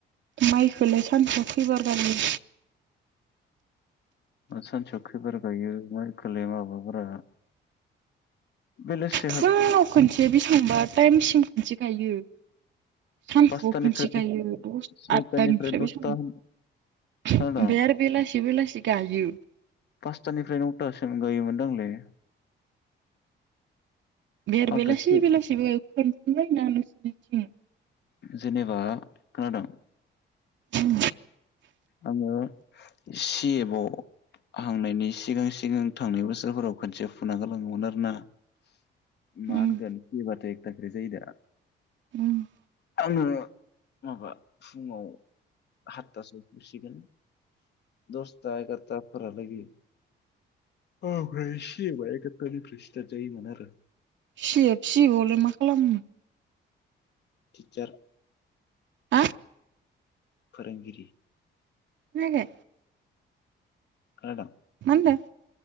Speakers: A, on the right; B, on the left.
A: माइखौलाय सानसेआव खैबार गायो
B: सानसेयाव खैबार गायो माइ खोलाय माबाफोरा बेलेसि
A: फुङाव खोन्थिया बेसेबांबा टाइमसिम खोनसे गायो सानफुआव
B: पासतानिफ्राय
A: खनसे गायो दस
B: सयतानिफ्राय
A: आदथानिफ्राय बे
B: दसथा
A: सम
B: खोनादों
A: ओमफ्राय आरो बेलासि बेलासि गायो
B: पासतानिफ्राय नौथासिम गायोमोनदांलै
A: बेर
B: आंथ'
A: बेलासि
B: एसे
A: बेलासिबो खोनथामलायना नोंसोरनिथिं
B: जेनेबा खोनादों
A: ओम
B: आङो सि एफव हांनायनि सिगां सिगां थांनाय बोसोरफोराव खनसे फुना गलाङोमोन आरोना मा
A: उम
B: होनगोन पबाथ' एकथाखे जायो दा
A: उम
B: आङो माबा फुङाव हतथासो गुसिगोन दसथा एगारथा फोरालागि अ फ्रस बायगथ फ्रेस जायो मान आरो
A: सिए सिएप आवलाय मा खालामनो
B: टिचार
A: हा
B: फोरोंगिरि
A: खोनायाखै
B: खोनादों
A: मा होनदों